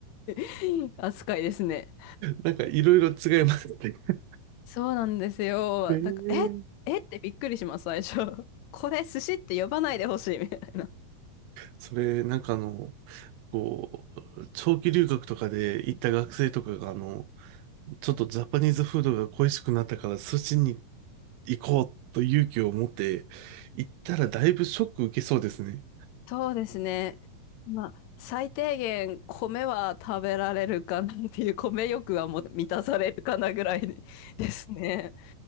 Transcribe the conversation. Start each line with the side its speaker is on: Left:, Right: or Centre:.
Left: <laughs> 扱いですね。
Right: なんか、いろいろ違いますね。
Left: そうなんですよ。
Right: えー
Left: だから、え、えってびっくりします、最初。<laughs> これ寿司って呼ばないでほしい、みたいな。
Right: それ、なんかあの、こう、長期留学とかで行った学生とかが、あの、ちょっとジャパニーズフードが恋しくなったから、寿司に行こうと勇気を持って行ったら、だいぶショック受けそうですね。
Left: そうですね。まあ、最低限米は食べられるかなっていう、米欲はもう満たされるかなぐらいで <laughs> ですね。